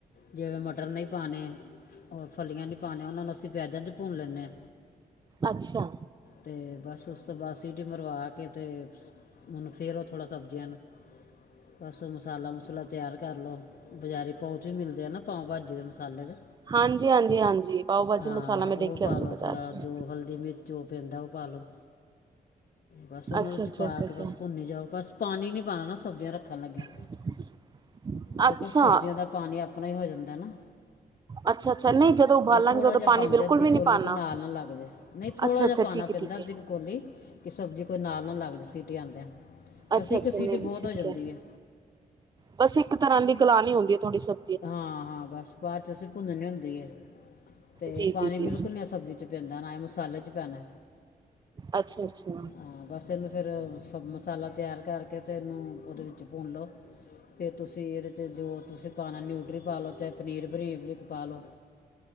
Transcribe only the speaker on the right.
ਅੱਛਾ।
ਹਾਂਜੀ- ਹਾਂਜੀ- ਹਾਂਜੀ ਪਾਓ ਭਾਜੀ
ਮਸਾਲਾ ਮੈਂ ਦੇਖਿਆ
ਸੀ
ਬਾਜ਼ਾਰ
ਚ
ਅੱਛਾ
ਅੱਛਾ
ਅੱਛਾ
ਅੱਛਾ
<inaudible>
ਅੱਛਾ
ਅੱਛਾ ਅੱਛਾ ਨਹੀਂ ਜਦੋਂ ਉਬਾਲਾਂਗੇ
ਉਦੋਂ
ਪਾਣੀ
ਬਿਲਕੁਲ
ਵੀ ਨਹੀਂ
ਪਾਉਣਾ
ਅੱਛਾ ਅੱਛਾ
ਠੀਕ ਹੈ
ਠੀਕ
ਹੈ
ਅੱਛਾ
ਅੱਛਾ
ਨਹੀਂ
ਨਹੀਂ ਠੀਕ
ਹੈ
ਬਸ ਇੱਕ ਤਰ੍ਹਾਂ ਦੀ ਗਲਾਂ ਨੀ ਹੁੰਦੀ ਆ ਥੋੜ੍ਹੀ ਸਬ
ਜੀ
ਜੀ ਜੀ
ਅੱਛਾ-ਅੱਛਾ।